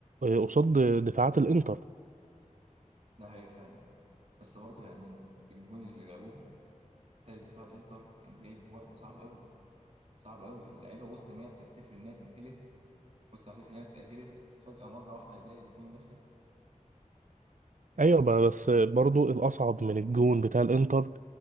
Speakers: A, on the right; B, on the right.
A: قصاد دفاعات الانتر
B: ده حقيقي فعلا بس برضه يعني الجون اللي جابوه التالت بتاع الانتر كان جاي في وقت صعب قوي صعب قوي اللعيبه وسط ما هي بتحتفل ان هي اتاهلت وسط ما بتحتفل ان هي اتاهلت فجاه مره واحده هيلاقي الجون داخل
A: ايوه بقى بس برضو الاصعب من الجون بتاع الانتر